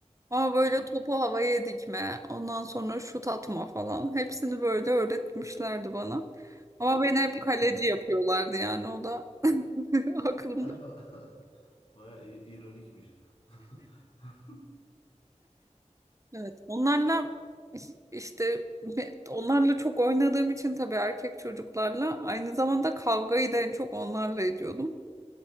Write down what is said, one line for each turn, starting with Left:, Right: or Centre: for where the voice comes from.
Right: Ama böyle
Left: Hı.
Right: topu havaya dikme, ondan sonra şut atma falan. Hepsini böyle öğretmişlerdi bana.
Left: İ-
Right: Ama beni hep
Left: iyi.
Right: kaleci yapıyorlardı yani o da <laughs> aklımda.
Left: <laughs> Bayağı i- ironikmiş. <laughs>
Right: Evet, onlarla iş- işte me- onlarla çok oynadığım için tabii erkek çocuklarla aynı zamanda kavgayı da en çok onlarla ediyordum.